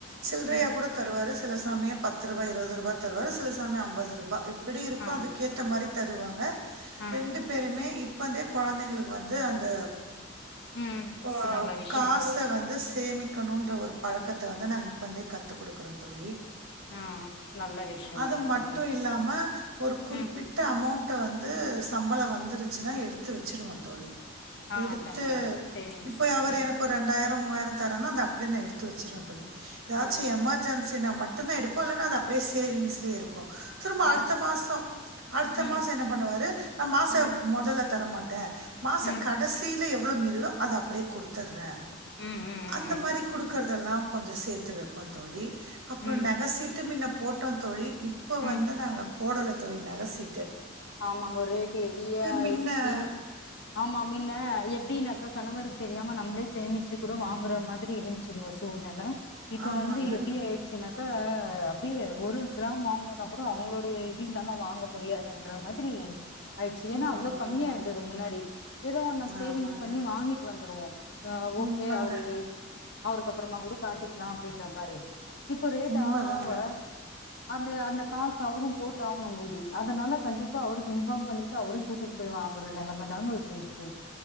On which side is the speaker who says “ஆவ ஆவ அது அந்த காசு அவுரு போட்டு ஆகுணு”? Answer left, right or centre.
Left